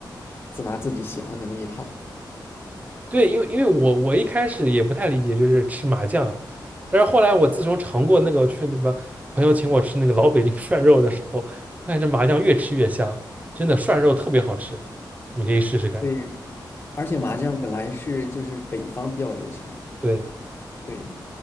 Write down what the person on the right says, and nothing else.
对，因为因为我我一开始也不太理解，就是吃麻酱，但是后来我自从尝过那个去那个朋友请我吃那个老北京 <laughs> 涮肉的时候，发现这麻酱越吃越香，真的涮肉特别好吃，你可以试试看。
对，